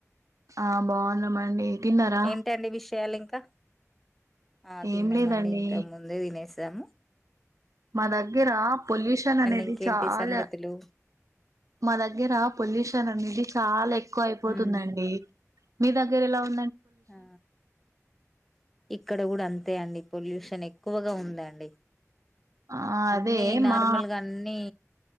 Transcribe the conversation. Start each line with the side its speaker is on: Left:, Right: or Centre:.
Right: ఆ బావున్నాం మండి తిన్నారా
Centre: ఏంటండి విషయాలు ఇంకా ఆ తిన్న
Right: ఏం లేదండి
Centre: మండి ఇంత ముందే తినేసినం దము
Right: మా దగ్గర పొల్యూషన్ అనేది
Centre: ఇంకేంటి
Right: చాలా
Centre: సంగతులు
Right: మా దగ్గర పొల్యూషన్ అనేది చాలా ఎక్కువ అయిపోతుందండి
Centre: ఉమ్
Right: మీ దగ్గర ఎలా ఉంది
Centre: ఆ ఇక్కడ కూడా అంతే అండి పొల్యూషన్ ఎక్కువగా ఉందండి
Right: ఆ అదే
Centre: అన్ని నార్మల్గా
Right: మా
Centre: అన్ని